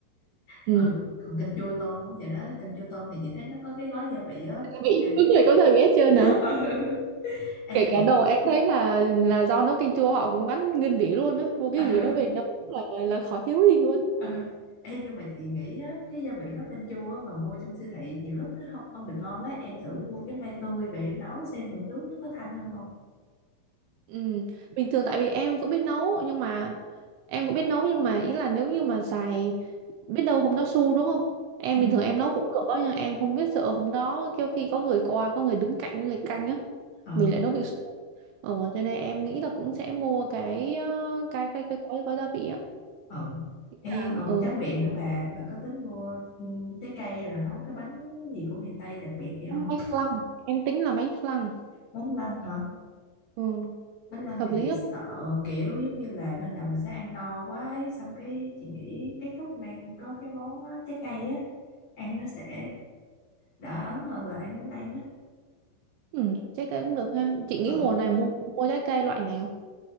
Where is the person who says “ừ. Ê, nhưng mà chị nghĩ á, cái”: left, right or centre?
Left